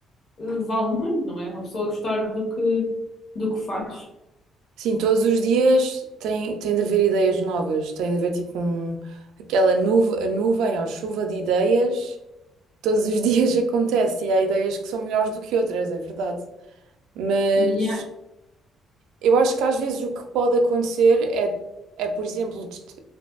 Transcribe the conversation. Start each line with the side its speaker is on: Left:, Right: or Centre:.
Left: eh, vale muito, não é? Uma pessoa gostar do que, do que faz.
Right: Sim, todos os dias tem, tem de haver ideias novas, tem de haver tipo um, aquela nuve, a nuvem ou chuva de ideias. todos os <laughs> dias acontece e há ideias que são melhores do que outras, é verdade. Mas
Left: E é-
Right: eu acho que às vezes o que pode acontecer é, é por exemplo, dest-